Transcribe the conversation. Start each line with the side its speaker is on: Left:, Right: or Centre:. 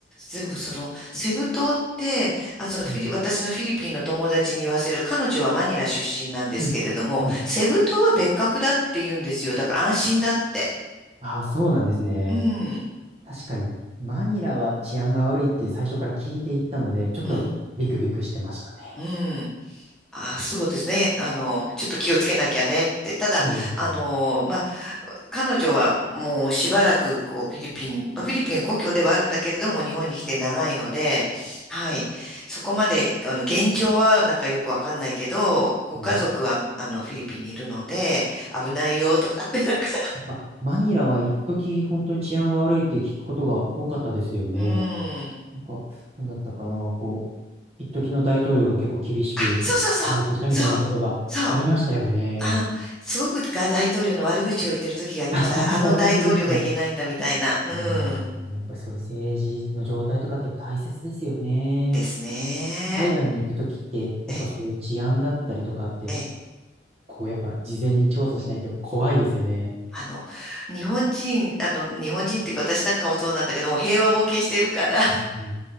Centre: でもその、セブ島って、あ、そのフィリ、
Right: はい。
Centre: 私のフィリピンの友達に言わせる、彼女はマニラ出身なんですけれども、
Right: はい。はい。
Centre: セブ島は別格だって言うんですよ。だから安心だって。
Right: あ、そうなんですね。
Centre: うん。
Right: 確かに、マニラは治安が悪いって最初から聞いていったので、ちょっとビクビクしてましたね。
Centre: うん。うん。あ、そうですね。あの、ちょっと気をつけなきゃねって。ただ、
Right: そうですよね。
Centre: あの、まあ、彼女はもうしばらく、こう、フィリピン、まあ、フィリピン故郷ではあるんだけれども、日本に来て長いので、はい。そこまで、あの、現状はなんかよくわかんないけど、ご家族は、
Right: うん、
Centre: あの、フィリピンにいるので、危ないよとかって、なんか、
Right: やっぱマニラは一時本当に治安が悪いって聞くことが多かったですよね。
Centre: うん。
Right: なんか、なんだったかな、こう、一時の大統領が結構厳しくやってきたみたいなことがありましたよね。
Centre: あ、そうそうそう。そう。そう。あの、すごくが大統領の悪口を言ってる時がありました。
Right: <laughs>
Centre: ああの大統領がいけないんだみたいな。
Right: 本当ですか。
Centre: うん。
Right: まあ、やっぱりそういう政治の状態とかってやっぱ大切ですよね。
Centre: ですね。
Right: 海外に行くときって、やっぱそういう治安だったりとかって
Centre: え、え、
Right: こう、やっぱ事前に調査しないと怖いですよね。
Centre: あの、日本人、あの、日本人っていうか私なんかもそうなんだけども、平和ボケしてるから、
Right: うんうん